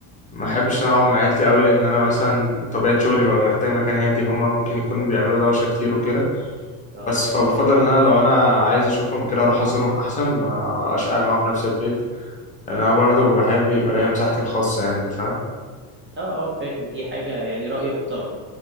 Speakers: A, on the left; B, on the right.
A: ما
B: امم
A: احبش ان انا اقعد مع عيلتي قوي لان انا مثلا طبيعة شغلي ببقى محتاج مكان هادي هما ممكن يكون بيعملوا دوشة كتير وكده
B: اه
A: بس
B: دي حقيقة
A: فبفضل ان انا لو انا عايز اشوفهم كده اروح ازورهم احسن ما اشقى معاهم في نفس البيت لان انا برضو بحب يبقى ليا مساحتي الخاصه يعني انت فاهم
B: اه اه فاهم دي حاجة يعني رأي يحترم